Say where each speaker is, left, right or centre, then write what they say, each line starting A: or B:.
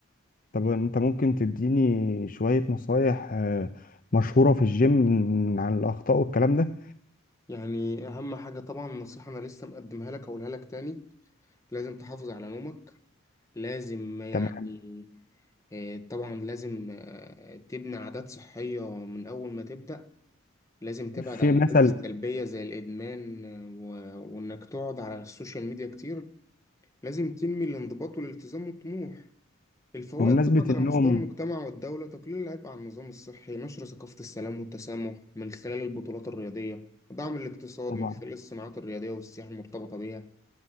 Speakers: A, on the left (about 45°); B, on the left (about 15°).
A: طب انت ممكن تديني شويه نصايح آه، مشهوره في الجيم عن الاخطاء والكلام ده
B: يعني أهم حاجة طبعا نصيحة أنا لسه مقدمها لك أقولها لك تاني لازم تحافظ على نومك لازم يعني
A: تمام
B: آه، طبعا لازم آه، تبني عادات صحية من أول ما تبدأ لازم تبعد
A: في
B: عن العادات
A: مثل
B: السلبية زي الإدمان آه، و- وإنك تقعد على السوشيال ميديا كتير لازم تنمي الانضباط والالتزام والطموح الفوائد
A: بمناسبه
B: طبعا على
A: النوم
B: مستوى المجتمع والدولة تقليل العبء على النظام الصحي نشر ثقافة السلام والتسامح من خلال البطولات الرياضية دعم الاقتصاد
A: طبعا
B: من خلال الصناعات الرياضية والسياحة المرتبطة بيها